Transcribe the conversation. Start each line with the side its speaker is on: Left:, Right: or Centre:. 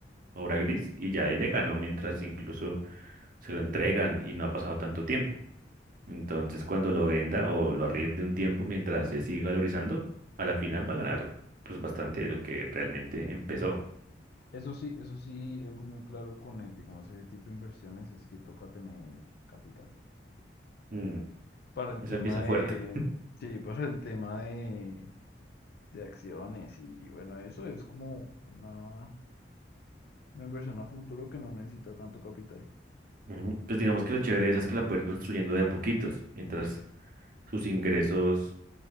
Right: obra gris y ya él le ganó mientras incluso se lo entregan y no ha pasado tanto tiempo. Entonces, cuando lo venda o lo arriende un tiempo mientras se siga valorizando, a la final va a ganar pues bastante de lo que realmente empezó.
Left: Sí. Eso sí, eso sí, algo muy claro con eh, digamos, ese tipo de inversiones es que toca tener capital.
Right: Mm,
Left: Para el
Right: esa
Left: tema
Right: empieza
Left: de,
Right: fuerte.
Left: sí, para el tema de, de acciones y bueno, eso es como una, una inversión a futuro que no necesita tanto capital.
Right: Ujú. Pues digamos que lo chévere de esa es que la puede ir construyendo de a poquitos, mientras sus ingresos,